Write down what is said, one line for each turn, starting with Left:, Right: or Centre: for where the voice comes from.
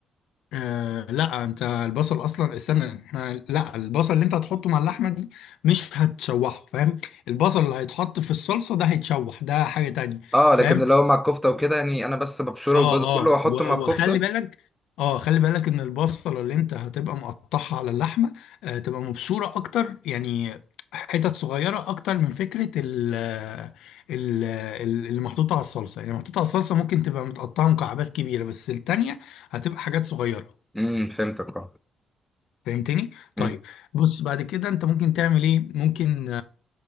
Left: آه لا انت البصل اصلا استنى احنا لا البصل اللي انت هتحطه مع اللحمة دي مش هتشوحه فاهم البصل اللي هيتحط في الصلصة ده هيتشوح ده حاجة تانية
Centre: اه لكن
Left: فاهم
Centre: لو مع الكفتة وكده يعني انا بس ببشره
Left: اه
Centre: والجو ده كله
Left: اه
Centre: واحطه
Left: و-
Centre: مع الكفتة
Left: وخلي بالك اه خلي بالك ان البصله اللي انت هتبقى مقطعها على اللحمه آه تبقى مبشوره اكتر يعني حتت صغيره اكتر من فكره ال ال ال- اللي محطوطه على الصلصه يعني محطوطه على الصلصه ممكن تبقى متقطعه مكعبات كبيره بس التانيه هتبقى حاجات صغيره
Centre: امم فهمتك اه
Left: فهمتني طيب
Centre: امم
Left: بص بعد كده انت ممكن تعمل ايه ممكن